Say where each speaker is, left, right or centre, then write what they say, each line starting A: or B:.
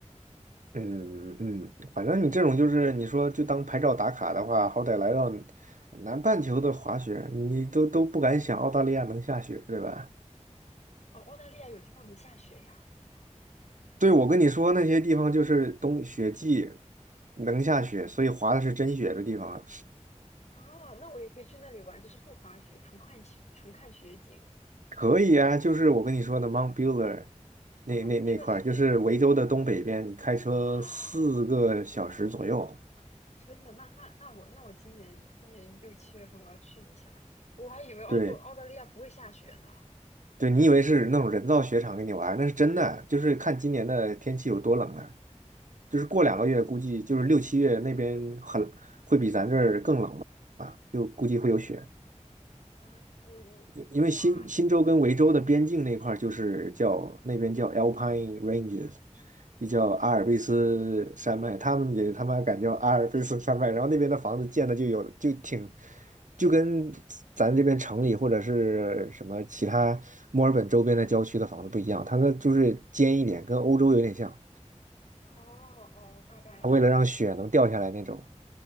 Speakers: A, on the right; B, on the left.
A: 嗯嗯，反正你这种就是你说就当拍照打卡的话，好歹来到南半球的滑雪，你都都不敢想澳大利亚能下雪，对吧？
B: 哦，澳大利亚有地方能下雪呀！
A: 对，我跟你说，那些地方就是冬雪季，能下雪，所以滑的是真雪的地方啊，
B: 啊，那我也可以去那里玩，就是不滑雪，纯看雪，纯看雪景
A: 可以啊。就是我跟你说的 Mount Buller
B: 啊。
A: 那那那块儿，
B: 那个是
A: 就是维州的东北边，你开车四个小时左右。
B: 啊，真的，那那那我那我今年今年六七月份我要去一下，我还以为澳洲澳大利亚不会下雪呢。
A: 对对，你以为是那种人造雪场给你玩儿那是真的，就是看今年的天气有多冷啊。就是过两个月，
B: 啊，
A: 估计就是六七月那边很会比咱这儿更冷吧，啊，就估计会有雪。
B: 哎呀，我我哇，
A: 因因为新新州跟维州的边境那块儿就是叫那边叫 Alpine Ranges，就叫阿尔卑斯山脉，他们也他妈敢叫阿尔卑斯山脉，然后那边的房子建的就有就挺就跟咱这边城里或者是什么其他墨尔本周边的郊区的房子不一样，它那就是尖一点，跟欧洲有点像，
B: 哦哦，大概大概懂。
A: 它为了让雪能掉下来那种。